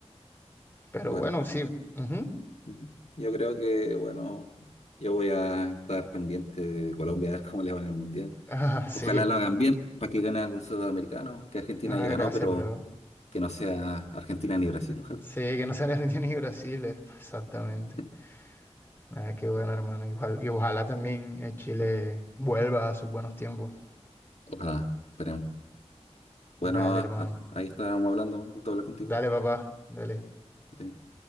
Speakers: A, on the left; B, on the left.
A: Pero
B: Bueno,
A: bueno, sí. ujú. <laughs>
B: ujú. Yo creo que, bueno, yo voy a estar pendiente de Colombia a ver cómo le va en el Mundial.
A: Ah, sí.
B: Ojalá lo hagan bien para que gane algún sudamericano, que Argentina
A: Ah,
B: ya ganó,
A: gracias,
B: pero
A: bro.
B: que no sea Argentina ni Brasil, ojalá.
A: Sí, que no sale Argentina ni Brasil, eh, exactamente.
B: <laughs>
A: Ah, qué bueno, hermano. Y ojalá, y ojalá también eh, Chile vuelva a sus buenos tiempos.
B: Ojalá, esperemos. Bueno,
A: Vale,
B: a-
A: hermano.
B: a- ahí estábamos hablando. Un gusto hablar contigo.
A: Dale, papá. Dale.
B: Que te